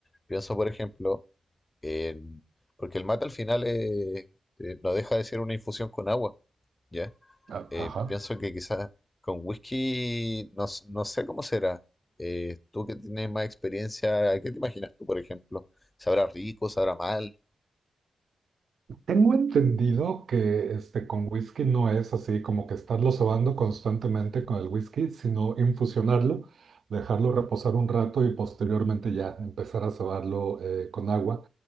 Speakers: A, on the left; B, on the right.
A: pienso, por ejemplo, en, porque el mate al final es- eh, no deja de ser una infusión con agua, ¿ya?
B: a-
A: Eh,
B: ajá.
A: pienso que quizás con whisky no, s- no sé cómo será. Eh, tú que tienes más experiencia, ¿qué te imaginas tú, por ejemplo? ¿Sabrá rico, sabrá mal?
B: Tengo entendido que este, con whisky no es así como que estarlo sobando constantemente con el whisky, sino infusionarlo, dejarlo reposar un rato y posteriormente ya empezar a cebarlo eh, con agua.